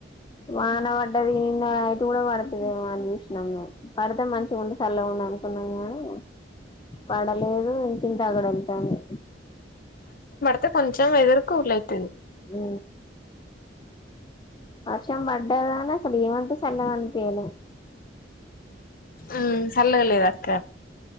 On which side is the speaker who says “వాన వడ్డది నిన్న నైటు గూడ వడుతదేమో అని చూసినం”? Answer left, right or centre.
Left